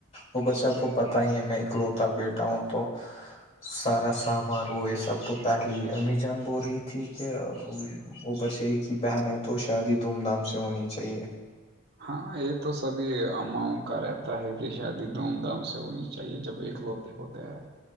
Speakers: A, on the left; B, on the right.
A: وہ بس اپ کو پتا ہی ہے میں اکلوتا بیٹا ہوں تو سارا سامان وہ یہ سب تو پہلے امی جان بول رہی تھی کہ اوپر سے ایک ہی بہن ہے تو شادی دھوم دھام سے ہونی چاہیے
B: ہاں یہ تو سبھی اماؤں کا رہتا ہے کہ شادی دھوم دھام سے ہونی چاہی چاہے جب اکلوتے ہوتے ہیں